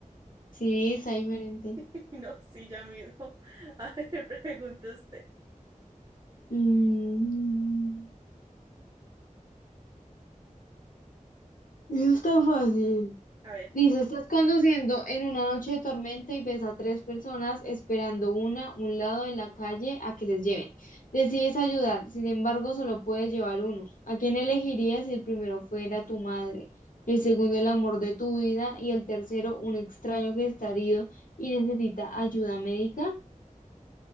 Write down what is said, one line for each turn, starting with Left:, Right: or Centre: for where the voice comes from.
Left: Sí, está diferente.
Right: <laughs> No, sí, ya mismo. <laughs> A ver, pregunta usted.
Left: Mm, eso está fácil.
Right: A ver,
Left: Dice, estás conduciendo en una noche de tormenta y ves a tres personas esperando una a un lado de la calle a que les lleven. Decides ayudar, sin embargo, solo puedes llevar uno. ¿A quién elegirías si el primero fuera tu madre, el segundo el amor de tu vida y el tercero un extraño que está herido y necesita ayuda médica?